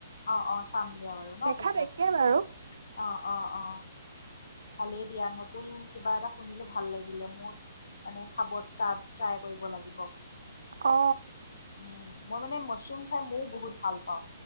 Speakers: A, on the left; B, on the right.
A: অ অ চাম দিয়া বাৰু ন
B: দেখাত
A: পিছত
B: একে বাৰু
A: অ অ অ। ভালেই দিয়া নতুন কিবা এটা শুনিলো ভাল লাগিলে মোৰ মানে খাব ট্ৰাই কৰিব লাগিব।
B: অ।
A: উম মই মানে মাছৰুম খাই মও বহুত ভাল পাওঁ।